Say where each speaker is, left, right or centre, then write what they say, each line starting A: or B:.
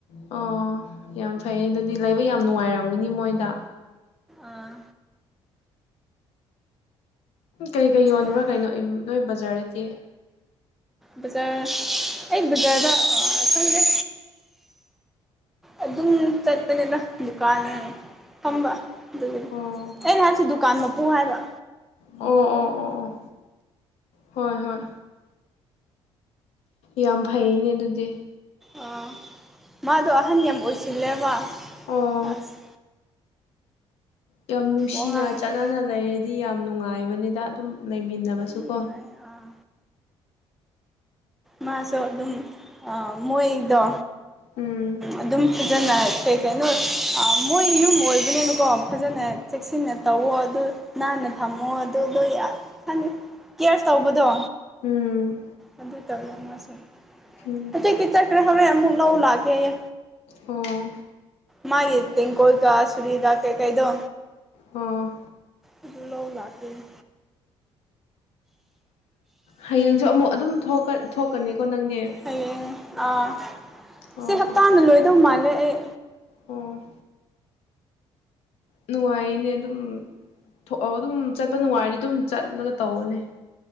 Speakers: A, on the left; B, in the centre.
A: ꯑꯣ ꯌꯥꯝ ꯐꯩ ꯑꯗꯨꯗꯤ ꯂꯩꯕ ꯌꯥꯝ ꯅꯨꯡꯉꯥꯏꯔꯝꯒꯅꯤ ꯃꯣꯏꯗ
B: ꯑꯥ
A: ꯀꯩꯀꯩ ꯌꯣꯟꯕ꯭ꯔꯥ
B: ꯌꯥꯝ
A: ꯀꯩꯅꯣ ꯅꯣꯏ ꯕꯖꯥꯔꯗꯗꯤ
B: ꯕꯖꯥꯔ ꯑꯩ ꯕꯖꯥꯔꯗ ꯈꯪꯗꯦ ꯑꯗꯨꯝ ꯆꯠꯄꯅꯤꯗꯥ ꯗꯨꯀꯥꯟ ꯐꯝꯕ <unintelligible>
A: ꯑꯣ
B: ꯑꯩꯅꯍꯥꯏꯁꯤ ꯗꯨꯀꯥꯟ ꯃꯄꯨ ꯍꯥꯏꯔꯣ
A: ꯑꯣ ꯑꯣ ꯑꯣ ꯑꯣ ꯍꯣꯏ ꯍꯣꯏ ꯌꯥꯝ ꯐꯩꯅꯦ ꯑꯗꯨꯗꯤ
B: ꯑꯥ ꯃꯥꯗꯣ ꯑꯍꯟ ꯌꯥꯝ ꯑꯣꯏꯁꯤꯜꯂꯦꯕ
A: ꯑꯣ
B: ꯑꯁ
A: ꯌꯥꯝ ꯅꯨꯡꯁꯤꯅ
B: ꯋꯥꯉꯥꯡꯁꯦ
A: ꯆꯠꯅꯅ ꯂꯩꯔꯗꯤ ꯌꯥꯝ ꯅꯨꯡꯉꯥꯏꯕꯅꯤꯗ ꯑꯗꯨꯝ ꯂꯩꯃꯤꯟꯅꯕꯁꯨꯀꯣ꯫
B: ꯅꯨꯡꯉꯥꯏ ꯑꯥ ꯃꯥꯁꯨ ꯑꯗꯨꯝ ꯑ ꯃꯣꯏꯗꯣ
A: ꯎꯝ
B: ꯑꯗꯨꯝ ꯊꯦꯡ ꯐꯖꯅ ꯀꯩ ꯀꯩꯅꯣ ꯃꯣꯏ ꯌꯨꯝ ꯑꯣꯏꯕꯅꯤꯅꯀꯣ ꯐꯖꯅ ꯆꯦꯛꯁꯤꯟꯅ ꯇꯧꯋꯣ ꯑꯗꯨ ꯅꯥꯟꯅ ꯊꯝꯃꯣ ꯑꯗꯨꯗꯣ ꯌꯝ ꯈꯟ ꯀꯦꯌꯔ ꯇꯧꯕꯗꯣ꯫
A: ꯎꯝ꯫
B: ꯑꯗꯨ ꯇꯧꯕꯔ ꯃꯥꯁꯦ꯫
A: ꯎꯝ꯫
B: ꯍꯧꯖꯤꯛꯇꯤ ꯆꯠ꯭ꯔꯦ ꯍꯧꯔꯦꯟ ꯑꯃꯨꯛ ꯂꯧ ꯂꯥꯛꯀ‌ꯦꯌꯦ꯫
A: ꯑꫭ꯫
B: ꯃꯥꯥꯏꯒꯤ ꯇꯦꯡ ꯀꯣꯏꯒ ꯁꯨꯔꯤꯒ ꯀꯩ ꯀꯥꯏꯗꯣ
A: ꯑꯣ
B: ꯑꯗꯨ ꯂꯧ ꯂꯥꯛꯀ‌ꯦꯌ‌ꯦ꯫
A: ꯍꯌꯦꯡꯁꯨ ꯑꯃꯨꯛ ꯑꯗꯨꯝ ꯊꯣꯛꯀ ꯊꯣꯛꯀꯅꯤꯀꯣ ꯅꯪꯗꯤ꯫
B: ꯍꯌꯦꯡ ꯑꯥ
A: ꯑꯣ
B: ꯁꯤ ꯍꯞꯇꯥꯅ ꯂꯣꯏꯗꯧ ꯃꯥꯜꯂꯦ ꯑꯩ
A: ꯑꯣ ꯅꯨꯡꯉꯥꯏꯅꯦ ꯑꯗꯨꯝ ꯊꯣꯛꯑꯒ ꯑꯗꯨꯝ ꯆꯠꯄ ꯅꯨꯡꯉꯥꯏꯔꯗꯤ ꯑꯗꯨꯝ ꯆꯠꯂꯒ ꯇꯧꯋꫭꯅꯦ꯫